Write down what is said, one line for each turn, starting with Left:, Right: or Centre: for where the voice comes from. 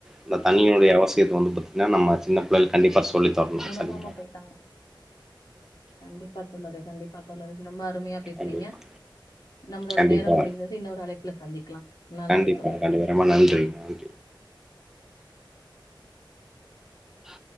Centre: அந்த
Left: ஆமா
Centre: தண்ணின் உடைய அவசியத் வந்து பாத்தீங்கன்னா நம்ம சின்ன பிள்ளையிள் கண்டிப்பா சொல் சொல்லி தர்ணு
Left: உணராம
Centre: <unintelligible>
Left: போயிட்டாங்க கண்டிப்பா தோழரே கண்டிப்பா தோழரே ரொம்ப அருமையா பேஸ்னீங்க
Centre: கண்டிப்பா
Left: நம்மளோட
Centre: கண்டிப்பா
Left: நேரோ முடிந்தது இன்னொரு அழைப்புல சந்திக்குலா நல்லது
Centre: கண்டிப்பா
Left: தோழரே
Centre: கண்டிப்பா
Left: நன்றி
Centre: ரொம்ப
Left: நன்றி
Centre: நன்றி ஆ